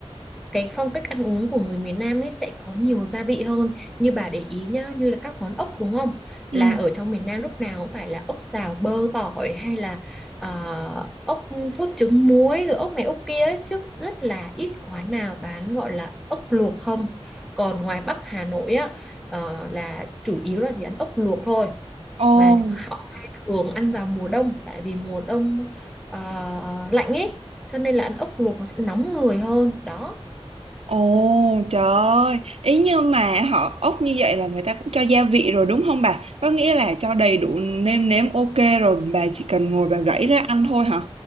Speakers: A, in the centre; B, on the right.
A: cái phong cách ăn uống của người miền Nam ấy sẽ có nhiều gia vị hơn. Như bà để ý nhá, như là các món ốc đúng không? Là
B: Ừ.
A: ở trong miền Nam lúc nào cũng phải là ốc xào bơ tỏi hay là ờ, ốc sốt trứng muối rồi ốc này ốc kia ấy. Chứ rất là ít quán nào bán gọi là ốc luộc không. Còn ngoài Bắc Hà Nội á ờ, là chủ yếu là chỉ ăn ốc luộc thôi
B: Ồ,
A: mà họ hay thường ăn vào mùa đông tại vì mùa đông ờ, lạnh ấy cho nên là ăn ốc luộc nó sẽ nóng người hơn đó
B: ồ, trời ơi. Ý như mà họ ốc như vậy là người ta cũng cho gia vị rồi đúng không bà? Có nghĩa là cho đầy đủ nêm nếm ok rồi bà chỉ cần ngồi bà gãy ra ăn thôi hả?